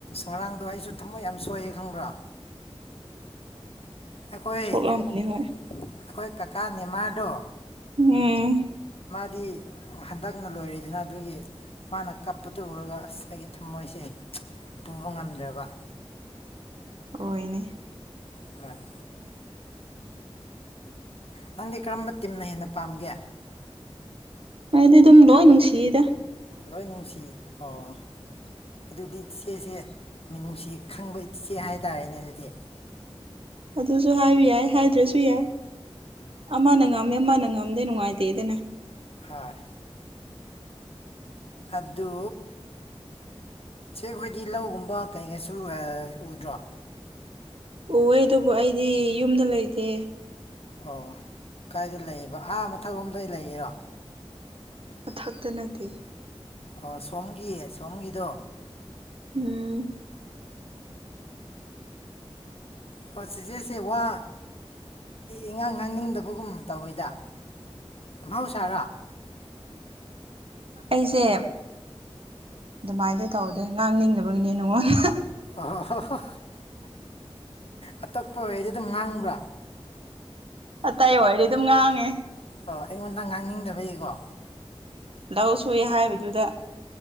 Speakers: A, on the left (about 65°); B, on the right (about 60°).
A: ꯉꯔꯥꯡꯗꯣ ꯑꯩꯁꯨ ꯊꯝꯃꯣꯏ ꯌꯥꯝ ꯁꯣꯏꯌꯦꯦ ꯈꯪꯕ꯭ꯔꯥ ꯑꯩꯈꯣꯏ ꯑꯩꯈꯣꯏ
B: ꯁꯣꯛꯂꯝꯕꯅꯤ ꯍꯣꯏ
A: ꯀꯀꯥ ꯅꯤꯃꯥꯗꯣ
B: ꯎꯝ
A: ꯗꯤ ꯍꯟꯗꯛꯅ ꯂꯣꯏꯔꯗꯅ ꯑꯗꯨꯒꯤ ꯃꯥꯅ ꯀꯞꯄꯗꯨ ꯎꯔꯒ ꯉꯁꯥꯏꯒꯤ ꯊꯝꯃꯣꯏꯁꯦ ꯄꯨꯕ ꯉꯝꯗ꯭ꯔꯕ
B: ꯍꯣꯏꯅꯤ
A: ꯍꯥꯏꯣꯏ ꯅꯪꯗꯤ ꯀꯔꯝꯕ ꯇꯤꯝꯅ ꯍꯦꯟꯅ ꯄꯥꯝꯒꯦ
B: ꯑꯩꯗꯤ ꯑꯗꯨꯝ ꯂꯣꯏ ꯅꯨꯡꯁꯤꯗ
A: ꯂꯣꯏꯅꯦꯃꯤꯁꯤ ꯑꯣ ꯑꯗꯨꯗꯤ ꯏꯆꯦꯁꯦ ꯃꯤꯅꯨꯡꯁꯤ ꯈꯪꯕ ꯏꯆꯦ ꯍꯥꯏꯇꯥꯔꯦꯅꯦ ꯑꯗꯨꯗꯤ
B: ꯑꯗꯨ ꯑꯗꯨꯁꯨ ꯍꯥꯏꯕꯤ ꯌꯥꯏ ꯍꯥꯏꯗ꯭ꯔꯁꯨ ꯌꯥꯏ ꯑꯃꯅ ꯉꯝꯃꯦ ꯑꯃꯅ ꯉꯝꯗꯦ ꯅꯨꯡꯉꯥꯏꯇꯦꯗꯅ
A: ꯍꯣꯏ ꯑꯗꯨ ꯆꯦꯛ ꯑꯩꯈꯣꯏꯗꯤ ꯂꯧꯒꯨꯝꯕ ꯀꯩꯀꯩꯁꯨ ꯎꯗ꯭ꯔꯣ
B: ꯑꯣꯍꯦ ꯑꯗꯨꯕꯨ ꯑꯩꯗꯤ ꯌꯨꯝꯗ ꯂꯩꯇꯦ
A: ꯑꯣ ꯀꯥꯏꯗ ꯂꯩꯕ ꯑꯥ ꯃꯊꯛꯂꯣꯝꯗ ꯂꯩꯔꯣ
B: ꯃꯊꯛꯇ ꯅꯠꯇꯦ
A: ꯑꯣ ꯁꯣꯝꯒꯤ ꯁꯣꯝꯒꯤꯗꯣ
B: ꯎꯝ <inaudible>
A: ꯑꯣ ꯁꯤꯁ ꯋꯥ ꯏꯉꯥꯡ ꯉꯥꯡꯅꯤꯡꯗꯕꯒꯨꯝ ꯇꯧꯋꯤꯗ ꯃꯍꯥꯎ ꯁꯔꯥ
B: ꯑꯩꯁꯦ ꯑꯗꯨꯃꯥꯏꯅꯗꯤ ꯇꯧꯗꯦ ꯉꯥꯡꯅꯤꯡꯗꯕꯒꯤꯅꯦ ꯅꯉꯣꯟꯗ
A: ꯑꯣꯣ ꯍ ꯑꯇꯣꯞꯄ ꯑꯣꯏꯗꯤ ꯑꯗꯨꯝ ꯉꯥꯡꯕ꯭ꯔꯥ
B: ꯑꯇꯩ ꯋꯥꯔꯤꯗꯤ ꯑꯗꯨꯝ ꯉꯥꯡꯉꯦ
A: ꯑꯣ ꯑꯩꯉꯣꯟꯗ ꯉꯥꯡꯅꯤꯡꯗꯕꯒꯤꯀꯣ
B: ꯂꯧ ꯁꯨꯏ ꯍꯥꯏꯕꯗꯨꯗ